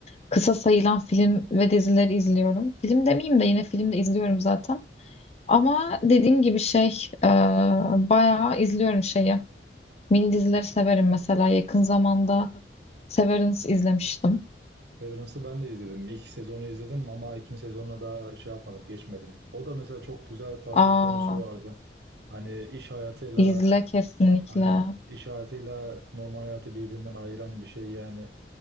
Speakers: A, on the left (about 35°); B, on the right (about 70°).
A: kısa sayılan film ve dizileri izliyorum. Film demeyeyim de yine film de izliyorum zaten. Ama dediğim gibi şey e, bayağı izliyorum şeyi. Mini dizileri severim mesela. Yakın zamanda Severance izlemiştim.
B: Severance'ı ben de izledim. İlk sezonu izledim ama ikinci sezonuna daha şey yapmadım, geçmedim. O da mesela çok güzel farklı
A: Aa,
B: bir konusu vardı. Hani iş hayatıyla
A: izle kesinlikle.
B: aynen iş hayatıyla normal hayatı birbirinden ayıran bir şey yani.